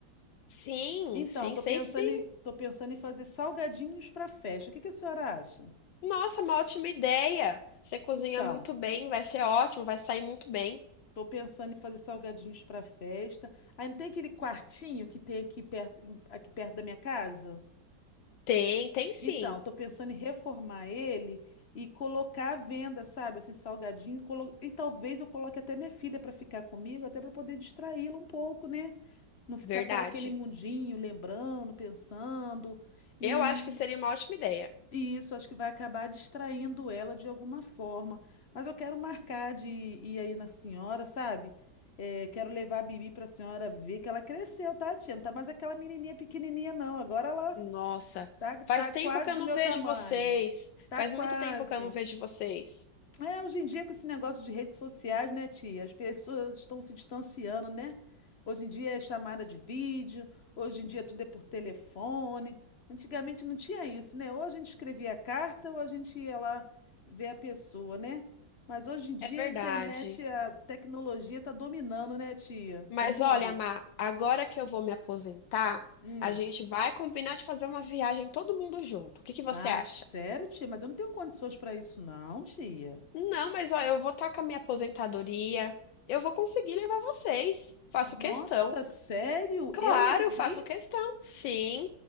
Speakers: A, on the left; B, on the left.
A: sim,
B: Então,
A: sim,
B: tô
A: sei
B: pensando
A: sim.
B: em, tô pensando em fazer salgadinhos para festa. O que que a senhora acha?
A: Nossa, uma ótima ideia. Você cozinha
B: Então,
A: muito bem, vai ser ótimo, vai sair muito bem.
B: Tô pensando em fazer salgadinhos para festa. Aí não tem aquele quartinho que tem aqui perto, em- aqui perto da minha casa?
A: Tem, tem sim.
B: Então, tô pensando em reformar ele e colocar à venda, sabe? Assim, salgadinho. colo- E talvez eu coloque até minha filha para ficar comigo, até para poder distraí-la um pouco, né? Não ficar
A: Verdade.
B: só naquele mundinho, lembrando, pensando. E
A: Eu acho que seria uma ótima ideia.
B: e isso acho que vai acabar distraindo ela de alguma forma. Mas eu quero marcar de ir aí na senhora, sabe? É, quero levar a Bibi para a senhora ver que ela cresceu, tá, tia? Não tá mais aquela menininha pequenininha, não. Agora ela
A: Nossa,
B: tá, tá
A: faz tempo
B: quase
A: que eu
B: do
A: não
B: meu
A: vejo
B: tamanho.
A: vocês.
B: Tá
A: Faz
B: quase.
A: muito tempo que eu não vejo vocês.
B: É, hoje em dia, com esse negócio de redes sociais, né, tia? As pessoas estão se distanciando, né? Hoje em dia é chamada de vídeo, hoje em dia tudo é por telefone. Antigamente não tinha isso, né? Ou a gente escrevia carta ou a gente ia lá ver a pessoa, né? Mas hoje em dia
A: É verdade.
B: a internet, a tecnologia está dominando, né, tia?
A: Mas
B: O mundo.
A: olha, Mar, agora que eu vou me aposentar,
B: Hum.
A: a gente vai combinar de fazer uma viagem todo mundo junto. O que que você
B: Ah,
A: acha?
B: sério, tia? Mas eu não tenho condições para isso, não, tia.
A: Não, mas olha, eu vou estar com a minha aposentadoria. Eu vou conseguir levar vocês. Faço
B: Nossa,
A: questão.
B: sério?
A: Claro,
B: Eu e a Bibi?
A: faço questão. Sim,